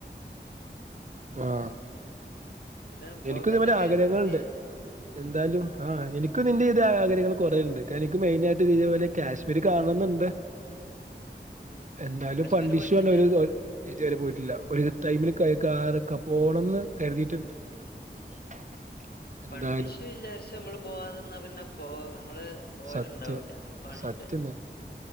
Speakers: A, on the right; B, on the left.
A: ആഹ
B: പിന്നെ ബ്രോക്ക്
A: എനിക്കും ഇതുപോലെ
B: എന്തൊക്കെ
A: ആഗ്രഹങ്ങൾണ്ട്
B: ഈ
A: എന്താലും ആഹ് എനിക്ക് ഇന്റെതയ ആഗ്രഹങ്ങള് കുറേ ഉണ്ട് എനിക്ക് മെയിൻ ആയിട്ട് ഇതേപോലെ കാശ്മീര് കാണണ്ണംന്നുണ്ട്
B: ആഹ്
A: എന്തായാലും
B: കാശ്മീർ
A: ഫണ്ട്
B: പോയിട്ടില്ല
A: ഇഷ്യുണ് ഒരു ഇതുവരെ പോയിട്ടില്ല ഒരു ടൈമില് കാറൊക്കെ പോകണംന്ന് കരുതിയിട്ടുണ്ട് <inaudible> എന്തായാലും
B: ഫണ്ട്‌ ഇഷ്യൂ വിചാരിച്ച് നമ്മള് പോവാതെന്നാ പിന്നെ പോ നമ്മള് പോവല്ണ്ടാവൂല്ല
A: സത്യം
B: ഫണ്ട്
A: സത്യം
B: പേ
A: തന്നെ